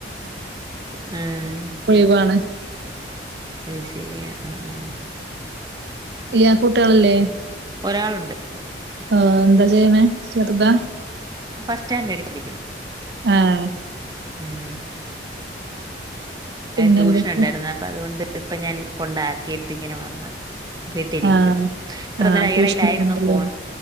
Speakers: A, on the right (about 20°); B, on the right (about 70°).
A: ഉം
B: ലീവാണ്
A: അയ് ശരിയാ ആഹ് ആഹ്
B: ഇയാക്ക് കുട്ടികളില്ലേ
A: ഒരാളുണ്ട്
B: ആഹ് എന്താ ചെയ്യണേ ചെറുതാ
A: ഫസ്റ്റ് സ്റ്റാൻഡേർഡ് പടിക്കുന്നു
B: ആഹ്
A: ഉം
B: പിന്നെന്തൊക്കെ
A: ട്യൂഷൻ ഉണ്ടായിരുന്ന അപ്പൊ അതുകൊണ്ട് ഇപ്പ ഞാൻ കൊണ്ടാക്കിയിട്ട് ഇങ്ങനെ വന്ന് വീട്ടിരിക്കുവ
B: ആഹ്
A: ഇത്ര
B: ആഹ്
A: നേരം അയായിലായിരുന്നു
B: ട്യൂഷന് പോണല്ലേ
A: ഫോൺ